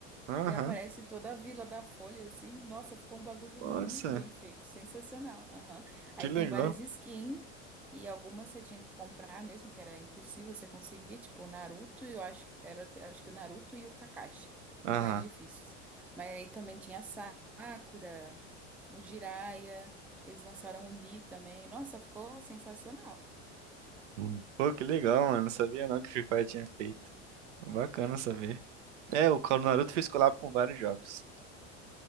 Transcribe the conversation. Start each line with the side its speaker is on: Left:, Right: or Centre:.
Right: Aham.
Centre: E aparece toda a Vila da Folha, assim. Nossa, ficou um bagulho
Right: Nossa,
Centre: muito bem feito, sensacional. Aham. Aí
Right: que legal.
Centre: tem várias skins e algumas você tinha que comprar mesmo, que era impossível você conseguir, tipo o Naruto e eu acho que era, acho que o Naruto e o Kakashi,
Right: Aham.
Centre: os mais difíceis. Mas aí também tinha a Sakura, o Jiraiya, eles lançaram o Lee também. Nossa, ficou sensacional.
Right: Hum. Pô, que legal, mano. Não sabia não que Free Fire tinha feito. Bacana saber. É, o Call do Naruto fez collab com vários jogos.